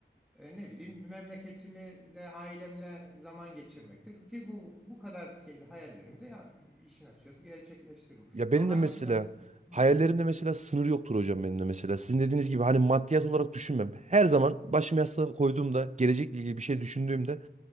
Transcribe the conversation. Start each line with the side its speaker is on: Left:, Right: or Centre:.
Centre: E, ne bileyim memleketimi ve ailemle zaman geçirmektir ki bu bu kadar şeyli hayallerimi de ya, işin açıkçası gerçekleştiririm.
Right: Ya benim
Centre: Ama
Right: de
Centre: arka
Right: mesela
Centre: planda Hı,
Right: hayallerimde mesela sınır yoktur hocam benim de mesela. Sizin dediğiniz gibi hani maddiyat olarak düşünmem. Her zaman başımı yastığa koyduğumda gelecekle ilgili bir şey düşündüğümde